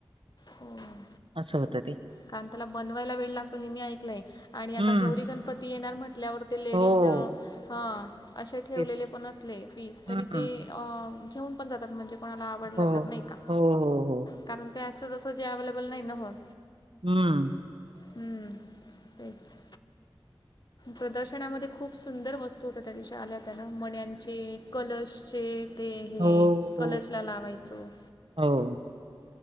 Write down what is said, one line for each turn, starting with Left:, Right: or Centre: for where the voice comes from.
Left: हो
Right: असं ते.
Left: कारण त्याला बनवायला वेळ लागतो हे मी ऐकलंय आणि आता
Right: हं.
Left: गौरी गणपती येणार म्हट केल्यावर ते लेडीज.
Right: हो.
Left: हां असे ठेवलेले
Right: तेच.
Left: पण असले पीस तरी
Right: हं.
Left: ते अ घेऊन पण जातात. म्हणजे कोणाला आवडलं
Right: हो,
Left: तर नाही का
Right: हो हो हो.
Left: कारण ते असं जसं जे अवेलेबल नाही ना होत.
Right: हम्म.
Left: हम्म तेच. प्रदर्शनामध्ये खूप सुंदर वस्तू होत्या त्या दिवशी आल्या होत्या ना मण्याणंचे, कलर्सचे. ते हे
Right: हो, हो,
Left: कलर्सला लावायचं.
Right: हो.